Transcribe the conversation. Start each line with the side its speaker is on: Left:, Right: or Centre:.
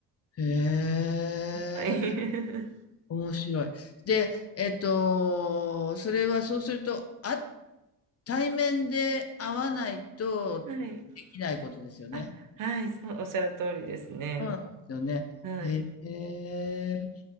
Left: へえ、
Right: はい。
Left: 面白い。で、えっと、それはそうすると、あ対面で会わないとできないことですよね。
Right: <laughs> はい。あ、はい、そう、おっしゃる通りですね。
Left: そうなんですよね。
Right: はい。
Left: へえ、